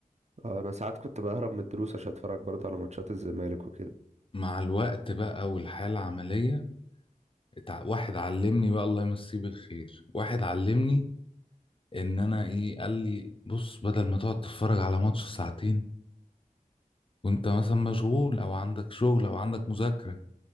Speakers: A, on the right; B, on the left.
A: اه انا ساعات كنت بهرب من الدروس عشان اتفرج برضه على ماتشات الزمالك وكده
B: مع الوقت بقى والحياه العمليه اتع... واحد علمني بقى الله يمسيه بالخير واحد علمني ان انا ايه قال لي بص بدل ما تقعد تتفرج على ماتش ساعتين وانت مثلا مشغول او عندك شغل او عندك مذاكره